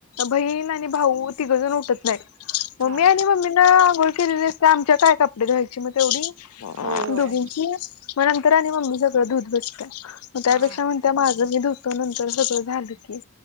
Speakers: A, on the left; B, on the right.
A: बहीण आणि भाऊ तिघंजण उठत नाहीत मग
B: हा
A: मी आणि मम्मीन आंघोळ केलेली आमच्या काय कपडे धुवायची मग तेवढी
B: होय होय
A: दोघींची मग नंतर आणि मम्मी धूत बसत्या मग त्यापेक्षा
B: हा
A: म्हणत्या माझं मी धुतो नंतर सगळं झालं की